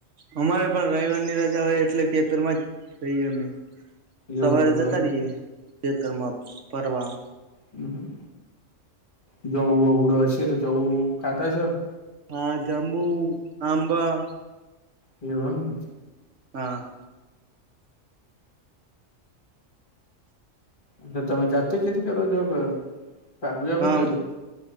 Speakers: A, on the right (about 65°); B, on the left (about 40°).
A: અમારે પણ રવિવાર ની રજા હોય એટલે કે ખેતરમાં રહી અમે સવારે
B: એવું કર
A: જતા રહીએ ખેતરમાં ફરવા
B: હમ હ જબું બબડુ હશેતોખાતા‌હશોને
A: હા જાંબુ આંબા
B: એવુ એમને
A: હા.
B: એલે તમે જાતે ખેતી કરો છો કે ભાગવી આપી
A: હા
B: દેછો.